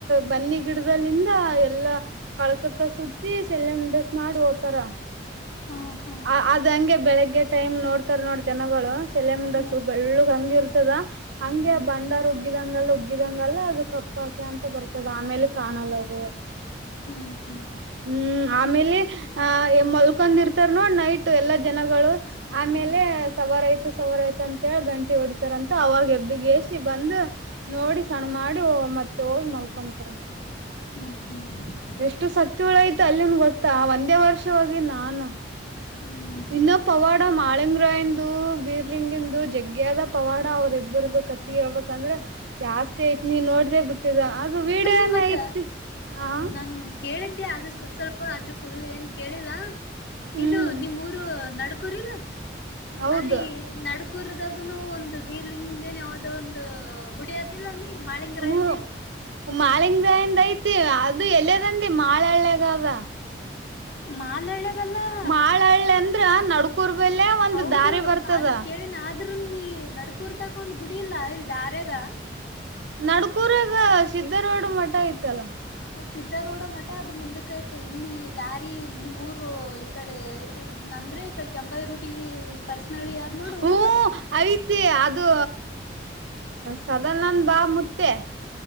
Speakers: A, on the right; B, on the left.
A: ಬನ್ನಿ ಗಿಡ್ದಗಲ್ಲಿಂದ ಎಲ್ಲಾ ಕಳ್ಸಕ್ಕ ಸುತ್ತಿ ಶಲ್ಯಮುಂಡಸ್ ಮಾಡ್ ಹೋತಾರ.
B: ಹಾ, ಹಾ
A: ಅ ಅದ್ ಹಂಗೆ ಬೆಳಿಗ್ಗೆ ಟೈಮ್ ನೋಡ್ತಾರ ನೋಡ ಜನಗಳು ಶೆಲ್ಯಾಮುಂಡಸು
B: ಹ್ಮ್
A: ಬೆಳ್ಳುಗ್ ಹಂಗೆಇರ್ತದ. ಹಂಗೆ
B: ಹ್ಮ್
A: ಆ ಬಂಡಾರ ಉಗ್ಗಿದಂಗೆಲ್ಲ -ಉಗ್ಗಿದಂಗೆಲ್ಲ ಅದು ಕಪ್ಪಾಕೆ ಅಂತ ಬರ್ತದ ಆಮೇಲೆ ಕಾಣಲ್ಲದು.
B: ಹ್ಮ್, ಹ್ಮ್
A: ಹ್ಮ್, ಆಮೇಲೆ ಆಹ ಮಲ್ಕೊಂಡ ಇರ್ತಾರ ನೋಡ್ ನೈಟ್ ಎಲ್ಲಾ ಜನಗಳು ಆಮೇಲೆ
B: ಹ್ಮ್
A: ಸವಾರಯ್ತು ಸವಾರ ಆಯ್ತು ಅಂತೇಳಿ ಗಂಟಿ ಹೊಡಿತಾರಂತ ಅವಾಗ ಎದ್ದಗೆಸಿ ಬಂದ ನೋಡಿ ಸಣ್ಣ ಮಾಡಿ ಮತ್ತೆ ಹೋಗಿ ಮಲ್ಕೊಂತರ.
B: ಹ್ಮ್ ಹ್ಮ್
A: ಎಷ್ಟು ಸತ್ತುಳೈಯ್ತು ಅಲ್ಲಿನ ಗೊತ್ತಾ ಒಂದೇ ವರ್ಷಹೋಗಿನನಾನು.
B: ಹ್ಮ <inaudible>
A: ಇನ್ನ ಪವಾಡ ಮಾಡಲೆಗ <unintelligible> ಪುರ ಇಂದು ಬೀರ್ಲಿಂಗಂದು ಜಗ್ಗ್ಯಾದ ಪವಾಡ ಅವ್ರ ಇಬ್ಬರದು ಕತಿ ಹೇಳ್ಬೇಕಂದ್ರೆ ಜಾಸ್ತಿ ಐತ್ ನೀ ನೋಡ್ದೇ ಬಿಟ್ಟಿದ ಅದು ವೀಡ
B: ಕಲಿ
A: ಎಲ್ಲ
B: ಮತ್ತ
A: ಐತಿ. ಹಾ
B: ನಾನ್ ಕೇಳಿದ್ದೆ ಆದ್ರ ಸ್ವಪ ಸ್ವಲ್ಪ ಆದ್ರ ಫುಲ್ ಏನ್ ಕೇಳಿಲ್ಲ
A: ಹ್ಮ್
B: ಇದು ನಿಮ್ಮೂರು ನ ಕುೂರಿಿಲ್ಲ
A: ಹೌದ
B: ಅಲ್ಲಿ <unintelligible> ನಡ್ಕೂರದಾಗನು ಒಂದು ಬೀರಲಿಂಗದೆನ್ ಯಾವವುದೋ ಒಂದು ಗುಡಿಯಾದ. ಇಲ್ಲಮಾಳಿಂಗ್ರಾಯಂದ
A: ಹ್ಮ
B: ಏನು
A: ಮಾಳಿಂಗರಾಯಂದ ಐತಿ ಅದು ಎಲ್ಲದಂದಿ ಮಾಳಳ್ಳಗ.
B: ಮಾಲ್ಳ್ಳೆಗಲ್ಲ <inaudible>
A: ಮಾಳಳ್ಳೃ ಅಂದ್ರ ನಡ್ಕೂರ್ ಬಲ್ಲೆ ಒಂದ್
B: ಹೌದು
A: ದಾರಿ ಬರ್ತದ
B: ಅದು ಕೇಳಿನ ಆದ್ರೂ ನೀ ನಡ್ಕೂರ್ತಕ ಒಂದ್ ಗುಡಿ ಇಲ್ಲಾ ಇಲ್ಲಿದಾರ್ಯಾಗ.
A: ನಡ್ಕೂರಾಗ ಸಿದ್ದರುಡ ಮಠ ಐತಲ್ಲಾ
B: ಸಿದ್ಧರುಡ ಮಠ ಅದು ಮುಂದಕಐತೆ ಇಲ್ಲಿ ದಾರಿ ಇಲ್ಲಿ ಮೂರು ಕಡೆ ನಂದ್ರೆ ಈ ಕಡೆ ಕೆಂಭಾವಿ ರೂಟಿಗಿ ಪರ್ಸನಲ್ ಆದ್ ನೋಡ್
A: ಹ್ಮ
B: ಊರ್
A: ಐತಿ ಅದು ಸದನಂದ ಬಾಳ ಮುತ್ತ್ಯಾ